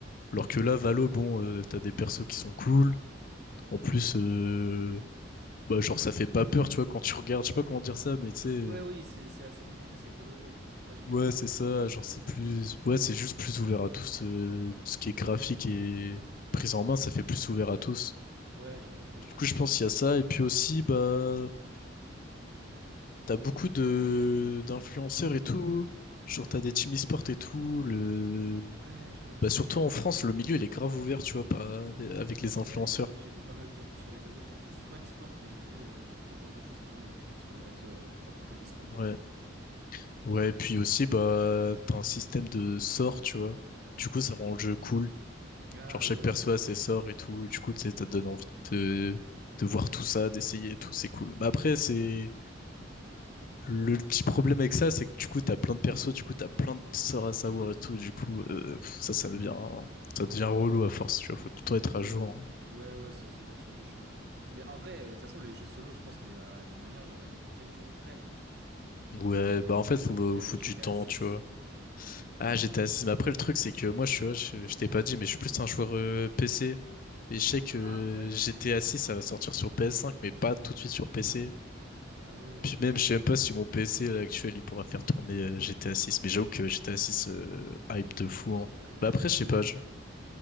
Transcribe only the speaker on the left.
Alors que là, Valo, bon, euh, t'as des persos qui sont cool. En plus, euh, bah, genre, ça fait pas peur, tu vois, quand tu regardes, je sais pas comment dire ça, mais tu sais,
ouais, c'est ça, genre, c'est plus, ouais, c'est juste plus ouvert à tous, euh, ce qui est graphique et prise en main, ça fait plus ouvert à tous.
Du coup, je pense qu'il y a ça, et puis aussi, bah, t'as beaucoup de, d'influenceurs et tout, genre, t'as des team e-sport et tout, le,
bah,
surtout
en France, le milieu, il est grave ouvert, tu vois, par-
avec
les
influenceurs.
Ouais.
Ouais, puis aussi, bah, t'as un système de sorts, tu vois. Du coup, ça rend le jeu cool.
Genre, chaque
perso a ses sorts et tout. Et du coup, tu sais, ça te donne envie de, de voir tout ça, d'essayer et tout. C'est cool. Mais après, c'est, le petit problème avec ça, c'est que du coup, t'as plein de persos, du coup, t'as plein de sorts à savoir et tout. Du coup, euh, pff, ça, ça devient, ça devient relou à force, tu vois. Faut tout le temps être
à jour.
hein. Ouais,
bah, en fait, faut,
faut
du temps,
tu vois. Ah, j'étais assis. Mais après, le truc, c'est que moi, je suis, ouais, je, je t'ai pas dit, mais je suis plus un joueur euh, PC. Et je sais que
GTA 6, ça va sortir sur PS5, mais pas tout de suite sur PC.
Puis
même, je
sais même pas si mon PC là, actuel, il pourra faire tourner euh, GTA 6. Mais j'avoue que GTA 6, euh, hype de fou, hein.
Bah après,
je
sais pas.
je-